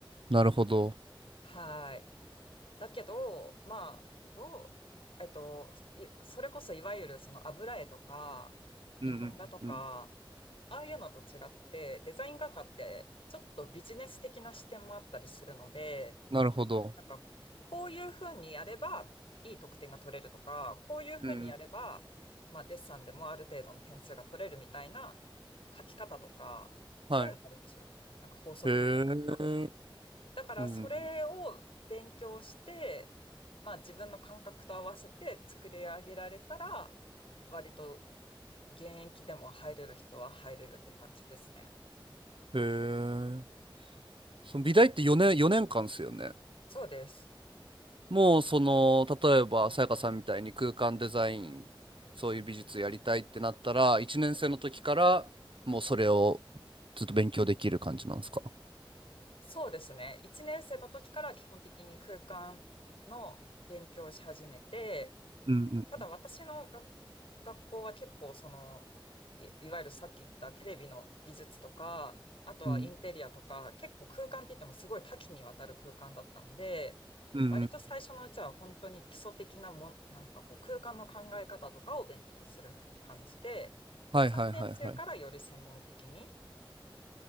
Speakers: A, on the right (about 70°); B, on the left (about 85°).
A: なるほど。
B: はい。だけど、まあ、どう、えっと、いそれこそいわゆるその油絵とか、日本画とか、
A: うんうんうん
B: ああいうのと違って、デザイン画家ってちょっとビジネス的な視点もあったりするので、
A: なるほど。
B: なんか、こういうふうにやればいい得点が取れるとか、こういうふうにやれば、
A: うん。
B: まあ、デッサンでもある程度の点数が取れるみたいな書き方とか、そういうのがあるんですよ。
A: はい。
B: なんか法則みたいなのが。
A: へえ。
B: だから、
A: うん。
B: それを勉強して、まあ、自分の感覚と合わせて作り上げられたら、割と現役でも入れる人は入れるって感じですね。
A: へえ。その美大って4年、4年間ですよね。
B: そうです。
A: もうその例えばさやかさんみたいに空間デザインそういう美術やりたいってなったら1年生の時からもうそれを
B: はい
A: ずっと勉強できる感じなんですか
B: そうですね。1年生の時から基本的に空間の勉強をし始めて、
A: うんうん
B: ただ私のが学校は結構その、い、いわゆるさっき言ったテレビの美術とか、あとはインテリアとか、
A: うん
B: 結構空間って言ってもすごい多岐にわたる空間だったんで、
A: うんうん
B: 割と最初のうちは本当に基礎的なもん、なんかこう空間の考え方とかを勉強する感じで、
A: はいはいはいはい
B: 3年生からより専門的に